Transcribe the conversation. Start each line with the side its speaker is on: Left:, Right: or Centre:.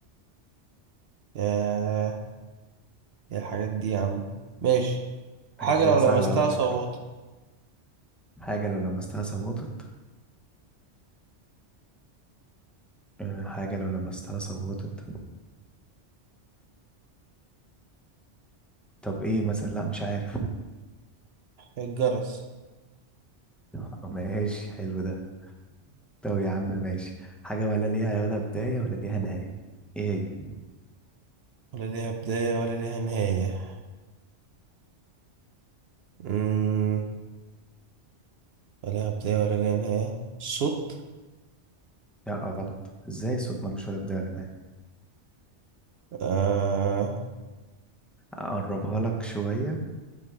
Right: يا يا الحاجات دي يا عم ماشي حاجة
Centre: إجابة
Right: لو
Centre: سهلة
Right: لمستها
Centre: على فكرة
Right: صوتها
Centre: حاجة لو لمستها صوتت آه، حاجة لو لمستها صوتت طب ايه مثلا لا مش عارف
Right: الجرس
Centre: <laughs> ماشي حلو ده طب يا عم ماشي حاجة ولا ليها ولا بداية ولا ليها نهاية ايه هي
Right: ولا ليها بداية ولا ليها نهاية مم. ولا ليها بداية ولا ليها نهاية الصوت
Centre: لا آه، غلط ازاي الصوت ملوش ولا بداية ولا نهاية
Right: آه
Centre: اقربها لك شوية